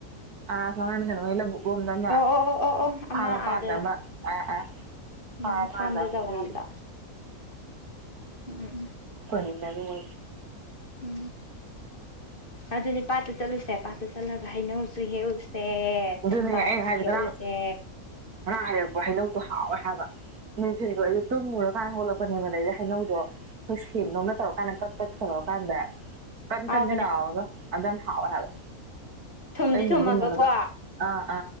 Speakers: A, on the right; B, on the left.
A: ꯑ <unintelligible> ꯂꯣꯝꯗꯅꯦ
B: ꯑꯣ ꯑꯣ ꯑꯣ ꯑꯣ ꯑꯣ
A: ꯐ꯭ꯔꯥꯝ
B: ꯑꯃ
A: ꯃꯄꯥꯟꯗ
B: ꯑꯥꯗ
A: ꯑꯃ ꯑꯥ ꯑꯥ
B: ꯎꯝ
A: ꯐ꯭ꯔꯥꯝ ꯃꯄꯥꯟꯗ
B: ꯐꯥꯝꯗ
A: ꯑꯃ
B: ꯇꯧꯋꯦ
A: ꯂꯩꯕꯅꯦ
B: ꯍꯥꯏꯕꯗꯣ ꯎꯝ ꯎꯝ
A: ꯎꯝ ꯎꯝ ꯎꯝ <unintelligible>
B: ꯎꯝ ꯑꯗꯨꯗꯤ ꯄꯥꯠꯇ ꯆꯠꯂꯨꯁꯦ ꯄꯥꯠꯇ ꯆꯠꯂꯒ ꯍꯩꯅꯧꯁꯨ ꯍꯦꯛꯎꯁꯦ
A: ꯑꯗꯨꯅꯦ
B: ꯊꯝꯕꯥꯜꯁꯨ
A: ꯑꯩꯅ ꯍꯥꯏꯁꯦ
B: ꯍꯦꯛꯎꯁꯦ
A: ꯉꯔꯥꯡ ꯉꯔꯥꯡ ꯍꯦꯛꯂꯛꯄ ꯍꯩꯅꯧꯗꯣ ꯍꯥꯎꯋꯦ ꯍꯥꯏꯕ ꯅꯤꯡꯅꯨꯡꯗꯣ ꯑꯩꯗꯣ ꯇꯨꯝꯃꯨꯔꯛꯀꯥꯟꯗ ꯍꯧꯒꯠꯂꯛꯄꯅꯦꯕ ꯑꯗꯩꯗꯤ ꯍꯩꯅꯧꯗꯣ <unintelligible>
B: ꯎꯝ
A: ꯇꯧꯔꯀꯥꯟꯗ ꯀꯛ ꯀꯛ ꯇꯧꯔꯛꯀꯥꯟꯗ ꯀꯟ
B: ꯍꯥꯎꯕꯅꯦ
A: ꯀꯟꯗꯤ ꯂꯥꯎꯔꯒ ꯑꯗꯨꯝ ꯍꯥꯥꯎꯋꯦ ꯍꯥꯏꯕ
B: ꯊꯨꯝꯗꯤ
A: <unintelligible>
B: ꯊꯨꯝꯃꯒꯀꯣ
A: ꯑ ꯑ